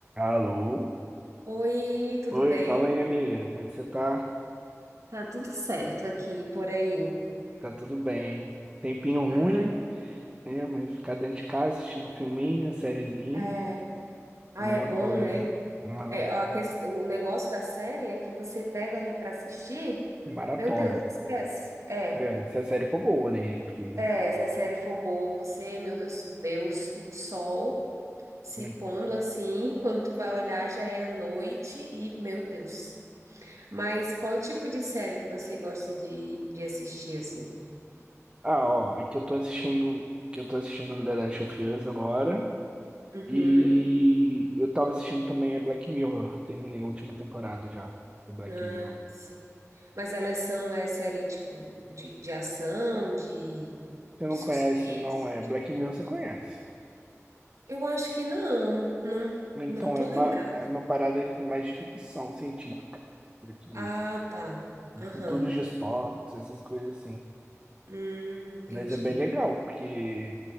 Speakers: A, on the right (about 20°); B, on the right (about 70°).
A: Alô?
B: Oi, tudo
A: Oi,
B: bem?
A: fala aí, amiga. Como é que você tá?
B: Tá tudo certo aqui, por aí.
A: Tá tudo bem? Tempinho ruim,
B: Ah,
A: né? Mas ficar dentro de casa assistindo um filminho, sériezinha,
B: é. Ah,
A: melhor
B: é bom,
A: coisa.
B: né?
A: Aham.
B: É, ó, a ques- O negócio da série é que você pega ali para assistir,
A: Maratona.
B: meu Deus, esquece. É,
A: É, se a série for boa, né? Porque...
B: é, se a série for boa, você, meu Deus, tu vê o, s- o sol se
A: né?
B: pondo assim, <laughs> quando tu vai olhar já é a noite e, meu Deus. Mas qual tipo de série que você gosta de, de assistir, assim?
A: Ah, ó, é que eu tô assistindo, que eu tô assistindo The Last of Us agora.
B: Uhum.
A: E eu tava assistindo também a Black Mirror. Terminei a última temporada já de Black
B: Ah,
A: Mirror.
B: sim. Mas elas são, é série, tipo, de, de ação, de,
A: Você não
B: de suspense?
A: conhece, não é?
B: de-
A: Black Mirror você conhece.
B: Eu acho que não, não,
A: Então
B: não tô
A: é uma,
B: lembrada.
A: é uma parada de- mais ficção científica, esse livro.
B: Ah, tá.
A: De
B: Aham.
A: futuros distópicos, essas coisas assim.
B: Hum, entendi.
A: Mas é bem legal, porque